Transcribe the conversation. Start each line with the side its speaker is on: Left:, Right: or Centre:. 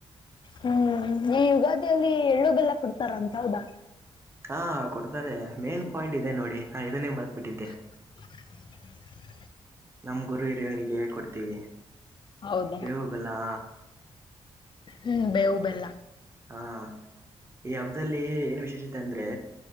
Left: ಹ್ಮ್ ಈ ಯುಗಾದಿಯಲ್ಲಿ ಎಳ್ಳುಗಬೇಲ್ಲ ಕೊಡ್ತಾರಂತ ಹೌದಾ.
Right: ಹಾ ಕೊಡ್ತಾರೆ ಮೇನ್ ಪಾಯಿಂಟ್ ಇದೆ ನೋಡಿ ನಾ ಇದನ್ನೇ ಮರ್ತ್ ಬಿಟ್ಟಿದ್ದೆ.
Left: <inaudible>
Right: ನಮ್ಮ ಗುರು ಹಿರಿಯರಿಗೆ ಕೊಡ್ತೀವಿ
Left: ಹೌದಾ
Right: ಬೇವು ಬೆಲ್ಲಾ.
Left: ಹ್ಮ್ ಬೇವು ಬೆಲ್ಲ.
Right: ಹ್ಮ್ಮ್ ಈ ಹಬ್ದಲ್ಲಿ ಏನು ವಿಶೇಷತೆ ಅಂದ್ರೆ.